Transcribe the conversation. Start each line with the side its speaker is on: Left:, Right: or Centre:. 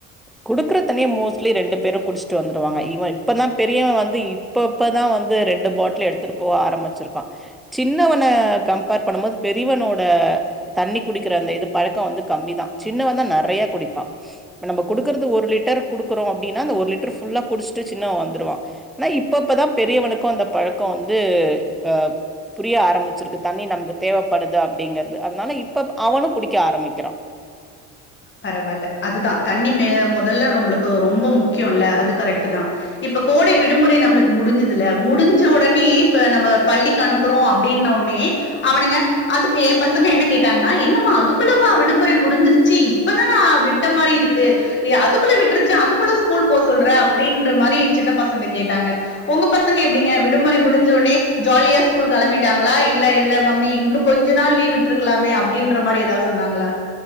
Centre: குடுக்குற தண்ணிய மோஸ்ட்லி ரெண்டு பேரும் குடிச்சுட்டு வந்துருவாங்க இவன் இப்பதா பெரியவன் வந்து இப்ப இப்பதா வந்து ரெண்டு பாட்டல எடுத்துட்டு போக ஆரம்பிச்சிருக்கான் சின்னவன கம்பேர் பண்ணம் போது பெரியவனோட தண்ணி குடிக்கிற அந்த இது பழக்கோ வந்து கம்மிதா சின்னவன் தா நறைய குடிப்பான் நம்ம குடுக்குறது ஒரு லிட்டர் குடுக்குறோம் அப்படின்னா அந்த ஒரு லிட்டர் ஃபுல்லா குடிச்சுட்டு சின்னவ வந்துருவான் ஆனா இப்ப இப்பதா பெரியவனுக்கும் அந்த பழக்கோ வந்து அ புரிய ஆரம்பிச்சிருக்கு தண்ணி நமக்கு தேவைப்படுது அப்படிங்கறது அதனால இப்ப அவனும் குடிக்க ஆரம்பிக்கிறான்
Left: பரவால்ல அதுதான் தண் ணி மெ மொதல்ல நம்மளுக்கு ரொம்ப முக்கியோ இல்ல அது கரெக்ட் தா இப்ப கோடை விடுமுறை நம்மளுக்கு முடிஞ்சுதுல முடிஞ்ச ஒடனே இப்ப நம்ம பள்ளிக்கு அனுப்புறோம் அப்டின்னோடனே அவனுங்க அதுக்கு என் பசங்க என்ன கேட்டாங்கன்னா என்னம்மா அதுக்குள்ளவா விடுமுறை முடிஞ்சிருச்சு இப்பதானா விட்ட மாரி இருக்கு அதுக்குள்ள விட்டுருச்சா அதுக்குள்ள ஸ்கூல் போ சொல்ற அப்டின்ற மாரி என் சின்ன பசங்க கேட்டாங்க உங்க பசங்க எப்படிங்க விடுமுறை முடிஞ்சோனே ஜாலியா ஸ்கூல் கெளம்பிட்டாங்களா இல்ல இல்ல மம்மி இன்னு கொஞ்ச நாள் லீவ் விட்டு இருக்கலாமே அப்படின்ற மாரி ஏதாவது சொன்னாங்களா